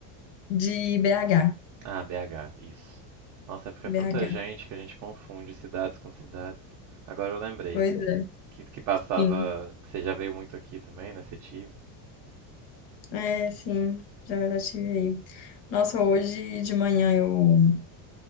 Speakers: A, on the left; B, on the right.
A: De BH.
B: Ah, BH, isso. Nossa, é porque
A: BH.
B: é tanta gente que a gente confunde cidades com cidades. Agora eu lembrei
A: Pois é,
B: que que passava,
A: sim.
B: que você já veio muito aqui também, né, Setiba.
A: É, sim, já, já tive aí. Nossa, hoje de manhã eu